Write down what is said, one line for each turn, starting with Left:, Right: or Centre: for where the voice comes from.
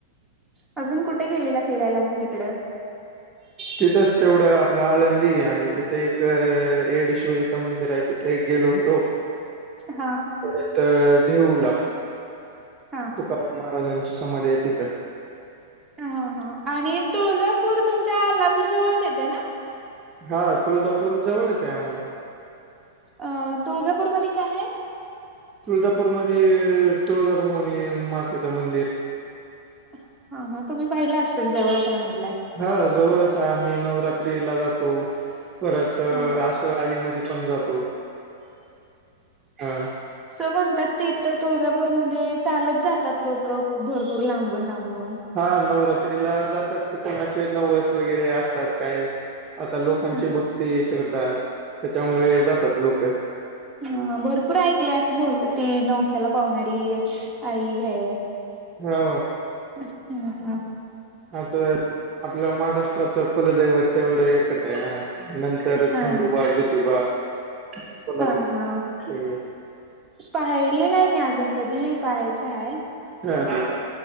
Centre: अजून कुठे गेलेला फिरायला मग तिकडं?
Right: तिथंच तेवढं आपलं आळंदी आणि तिथे एक अह येडेश्वरीचं मंदिर आहे तिथे एक गेलो होतो.
Centre: हा.
Right: नंतर देहूला
Centre: हा हा.
Right: तुकाराम महाराजांची समाधी आहे तिथं.
Centre: हा हा आणि तुळजापूर तुमच्या अह लातूर जवळच येतय ना?
Right: हा तुळजापूर जवळच आहे आम्हाला.
Centre: अह तुळजापूरमध्ये काय हाय?
Right: तुळजापूरमध्ये तुळजाभवानी मातेचं मंदिर.
Centre: हा हा तुम्ही पाहिल असेल जवळच हाय म्हटल्यास
Right: हां जवळच आहे आम्ही नवरात्रीला जातो. परत
Centre: हा.
Right: अस आधी मधी पण जातो. हा
Centre: अस म्हणतात तिथ तुळजापूरमध्ये चालत जातात लोकं भरपूर लांबून लांबून.
Right: हां नवरात्रीला जातात कोणाचे नवस वगैरे असतात काही आता लोक लोकांची
Centre: हा
Right: भक्ती श्रद्धा त्याच्यामुळे जातात लोकं.
Centre: हां भरपूर ऐकले असं बोलत ती नवसाला पावणारी आई हाय.
Right: हा.
Centre: हम्म हम्म.
Right: आमच आपल्या महाराष्ट्राचं कुलदैवत तेवढं एकच आहे ना. नंतर
Centre: हा हा.
Right: खंडोबा, ज्योतिबा, कोल्हापूर.
Centre: हा पाहिले नाही मी अजून कधी. पाहायचं हाय.
Right: ह, ह.